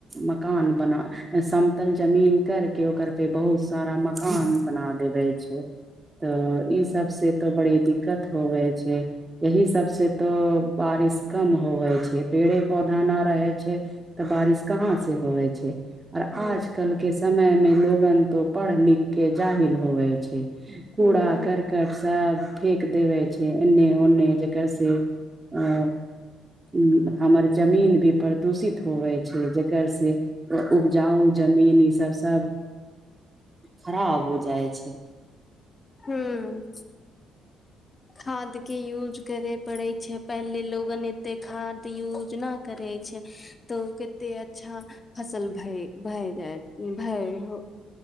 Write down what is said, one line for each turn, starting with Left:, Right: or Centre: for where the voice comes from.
Right: मकान बना समतल जमीन करके ओकर पे बहुत सारा मकान बना देवे छै। तऽ ई सभ से तो बड़ी दिक्कत होवे छै। यही सभ से त बारिश कम होवे छै। पेड़े पौधा ना रहै छै। तऽ बारिश कहाँ से होवे छै। आर
Left: ह
Right: आज कल के समय में लोगन तो पढ़ लिख के जाहिल हो गएल छै। कूड़ा
Left: ह
Right: करकट सभ फेक देवै छै। एन्ने ओन्ने जकर से। अं अम् हमर जमीन भी परदूषित होवै छै। जकर से उपजाउ जमीन ई सभ सभ खराब हो जाइ छै।
Left: ह्म्म खाद के यूज करे। पड़ैत छै। पहिले लोगन एते खाद यूज न करै छै। तो कते अच्छा फसल भए भए जाय भए हो।